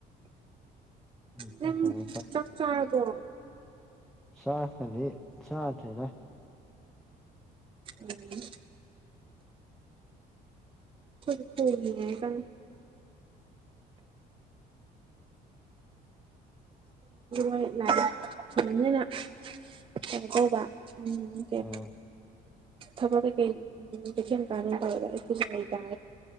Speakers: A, in the centre; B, on the right.
A: ꯑꯝꯇ
B: ꯅꯪ
A: ꯀꯩꯅꯣ
B: ꯆꯥꯛ ꯆꯥꯔꯕꯣ
A: ꯁꯥ ꯐꯜꯂꯤ ꯁꯥꯇꯔ
B: ꯎꯝ ꯐꯣꯏ ꯐ ꯍꯥꯏ ꯀ ꯣꯏ ꯂꯥꯛꯑ ꯑꯗꯨꯅꯤꯅ ꯀꯩꯅꯣ ꯇ ꯎꯝ ꯀ
A: ꯎꯝ
B: ꯊꯃꯒ ꯀꯩ ꯎꯝꯦꯟ ꯀꯥꯟ ꯐꯥꯎꯗ ꯄꯨꯖ ꯇꯔ